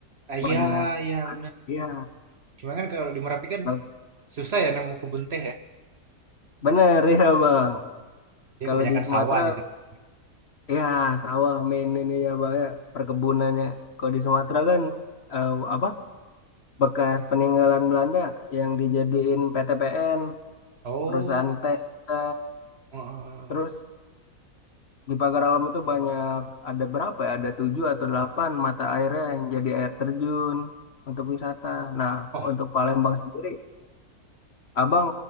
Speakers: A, on the right; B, on the left.
A: ah,
B: banyak
A: ya ya benar benar.
B: Iya,
A: cuma kan kalau di Merapi kan
B: ba-
A: Susah ya nemu kebun teh ya?
B: bener ya Bang.
A: Dia
B: Kalau
A: kebanyakan
B: di Sumatera
A: sawah di sana.
B: ya sawah main ini ya Bang ya, perkebunannya. Kalau di Sumatera kan eh, apa? bekas peninggalan Belanda yang dijadiin PTPN,
A: Oh,
B: perusahaan teh. kita.
A: eh,
B: Terus di pagar alam itu banyak ada berapa ya? Ada tujuh atau delapan mata airnya yang jadi air terjun untuk wisata. Nah,
A: oh,
B: untuk Palembang sendiri, Abang